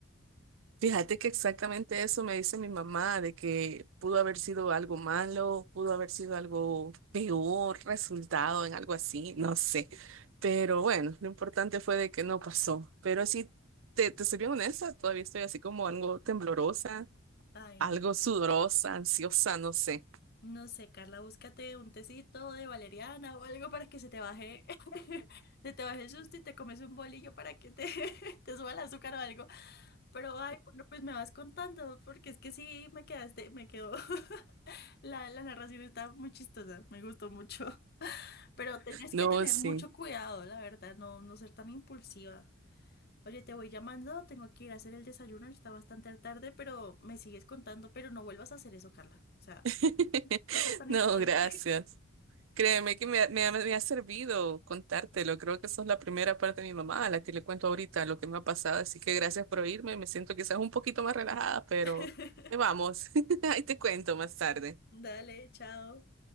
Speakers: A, on the right (about 65°); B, on the left (about 50°).
A: fíjate que exactamente eso me dice mi mamá, de que pudo haber sido algo malo, pudo haber sido algo peor, resultado en algo así, no sé. Pero bueno, lo importante fue de que no pasó. Pero sí, te, te soy bien honesta, todavía estoy así como algo temblorosa
B: Ay,
A: algo
B: no.
A: sudorosa, ansiosa, no sé.
B: No sé, Carla, búscate un tecito de valeriana o algo para que se te baje, <laughs> se te baje el susto y te comes un bolillo para que te, <laughs> te suba el azúcar o algo. Pero, ay, bueno, pues me vas contando, porque es que sí, me quedaste, me quedó. <laughs> La, la narración está muy chistosa, me gustó mucho. Pero tenés
A: No,
B: que tener
A: sí.
B: mucho cuidado, la verdad, no, no ser tan impulsiva. Oye, te voy llamando, tengo que ir a hacer el desayuno, está bastante tarde, pero me sigues contando, pero no vuelvas a hacer eso, Carla. O sea,
A: <laughs>
B: no seas tan
A: No,
B: imprudente.
A: gracias. Créeme que me, ha- me, ha me ha servido contártelo. Creo que sos la primera parte de mi mamá a la que le cuento ahorita lo que me ha pasado. Así que gracias por oírme. Me siento quizás un poquito más relajada, pero
B: <laughs>
A: ahí vamos. <laughs> Ahí te cuento más tarde.
B: Dale, chao.